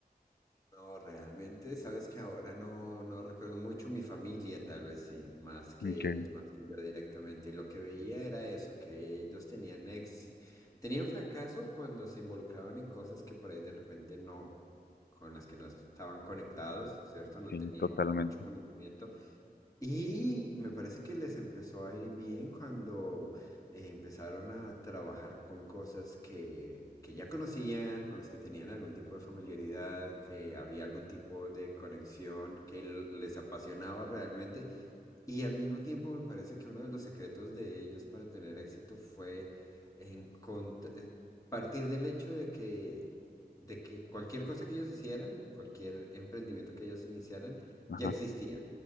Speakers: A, on the left (about 20°); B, on the left (about 80°).
A: No, realmente, sabes que ahora no, no recuerdo mucho mi familia, tal vez sí, más que,
B: Ok,
A: más que yo directamente. Y lo que veía era eso, que ellos tenían ex, tenían fracaso cuando se involucraban en cosas que por ahí de repente no, con las que no estaban conectados, ¿cierto? No
B: sí,
A: tenían
B: totalmente.
A: mucho conocimiento. Y me parece que les empezó a ir bien cuando eh, empezaron a trabajar con cosas que, que ya conocían, con las que tenían algún tipo de familiaridad, que había algún tipo de conexión que l- les apasionaba realmente. Y al mismo tiempo me parece que uno de los secretos de ellos para tener éxito fue encont- eh, partir del hecho de que, de que cualquier cosa que ellos hicieran, cualquier emprendimiento que ellos iniciaran,
B: Ajá.
A: ya existía.